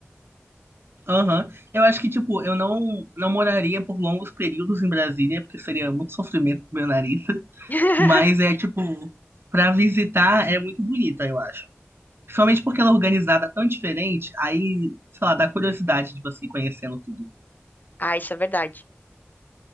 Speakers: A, on the right; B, on the left.
A: aham. Eu acho que, tipo, eu não, não moraria por longos períodos em Brasília, porque seria muito sofrimento pro meu nariz, <laughs>
B: <laughs>
A: mas é, tipo, pra visitar é muito bonita, eu acho. Principalmente porque ela é organizada tão diferente, aí, sei lá, dá curiosidade de você ir conhecendo tudo.
B: Ah, isso é verdade.